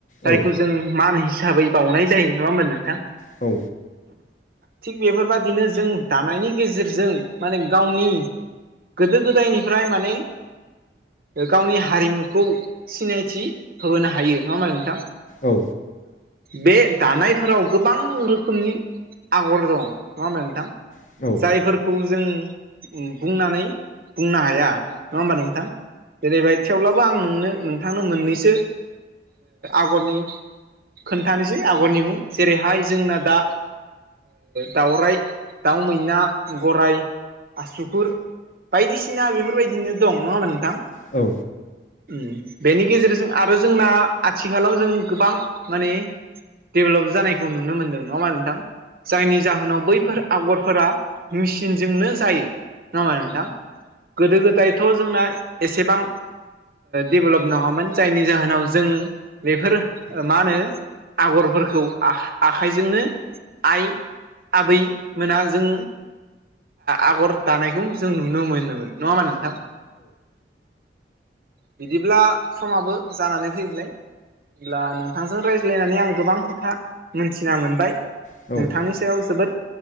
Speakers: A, on the right; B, on the left.
A: जायखौ
B: औ
A: जों मान हिसाबै बावनाय जायो नङा होमबा नोंथां?
B: औ।
A: थिग बेफोरबाददिनो जों दानायनि गेजेरजों माने गावनि गोदो गोदायनिफ्राय माने गावनि हारिमुखौ सिनायथि थि होबोनो हायो नङा होमबा नोंथां?
B: औ।
A: बे दानायफोराव गोबां रोखोमनि आगर दं नङा होनबा नोंथां
B: औ
A: जायफोरखौ जों बुंनानै बुंनो हाया नङा होमबा नोंथां जेरैबाय थेवब्लाबो आं नोंनो नोंथांनो मोननैसो आगरनि खोन्थानोसै आगरनि मुं जेरैहाय जोंना दा दाउरायाइ दाउ मैना गराय आसुगुर बायदिसिना बेफोरबायदिनो दं नङा हामा नोंथां
B: औ
A: उम बेनि गेजेरजों आरो जोंना आथिखालाव जों गोबां माने डेभलप जानायखौ नुनो मोन्दों नङा होमबा नोंथां जायनि जाहोनाव बैफोर आगरफोरा मेसिनजोंनो जायो नङा मा गोदो गोदायथ' जोंना एसेबां डेभेलप नङामोन जायनि जाहोनाव जों बेफोर मा होनो आगरफोरखौ आखाइजोंनो आइ आबैमोना जों आगर दानायखौ जों नुनो मोनोमोन नङा होमबा नोंथां बिदिब्ला समाबो जानानै फैलाय अब्ला नों नोंथांजों रायज्लायनानै आं गोबां खोथा मोनथिना मोनबाय
B: औ
A: नोंथांनि सायाव जोबोद